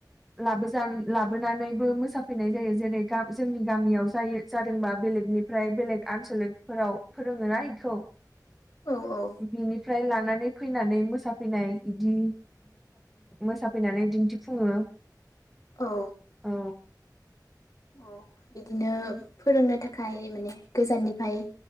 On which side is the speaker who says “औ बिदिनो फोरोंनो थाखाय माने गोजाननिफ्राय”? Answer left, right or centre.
Left